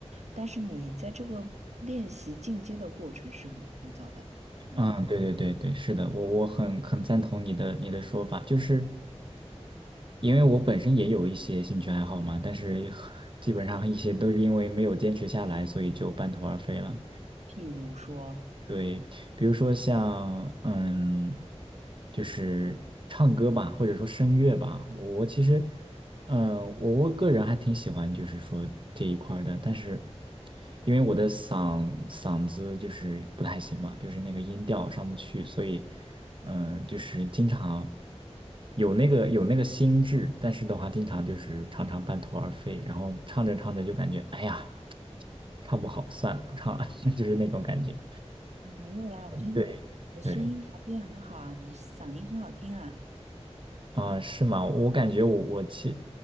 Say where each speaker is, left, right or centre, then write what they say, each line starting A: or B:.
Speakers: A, on the right; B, on the right.
A: 但是你在这个练习进阶的过程是很枯燥的。嗯，
B: 嗯，对对对对，是的，我我很很赞同你的你的说法，就是因为我本身也有一些兴趣爱好嘛，但是 <laughs> 基本上一些都是因为没有坚持下来，所以就半途而废了。
A: 譬如说，
B: 对，比如说像嗯，就是唱歌吧，或者说声乐吧，我其实嗯，我我个人还挺喜欢，就是说这一块儿的，但是因为我的嗓嗓子就是不太行嘛，就是那个音调上不去，所以嗯，就是经常有那个有那个心智，但是的话，经常就是常常半途而废，然后唱着唱着就感觉哎呀，唱不好，算了，不唱了，<laughs> 就是那种感觉。
A: 没有啦，我觉得你的声音条件很好啊，
B: 对对，
A: 你嗓音很好听啊。
B: 啊、是吗？我感觉我我其，